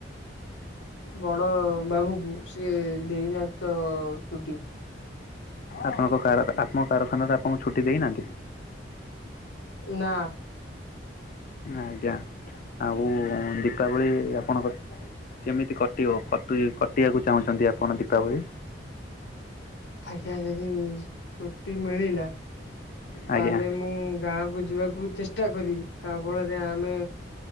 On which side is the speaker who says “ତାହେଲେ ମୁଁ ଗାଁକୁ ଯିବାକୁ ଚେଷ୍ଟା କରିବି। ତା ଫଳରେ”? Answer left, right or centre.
Left